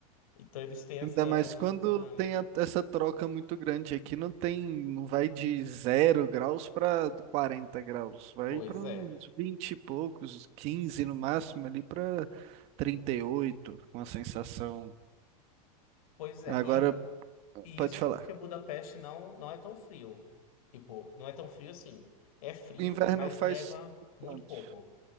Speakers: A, on the left; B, on the right.
A: Então eles têm essa,
B: Ainda mais quando
A: essa dinâmica.
B: tem a- essa troca muito grande. Aqui não tem, não vai de zero graus para 40 graus. Vai
A: Pois
B: para
A: é.
B: uns 20 e poucos, 15 no máximo, ali para 38 com a sensação.
A: Pois é.
B: Agora,
A: e E
B: pode
A: isso
B: falar.
A: porque Budapeste não, não é tão frio. Tipo, não é tão frio assim. É frio,
B: Inverno
A: mas
B: faz
A: neva
B: quanto?
A: muito pouco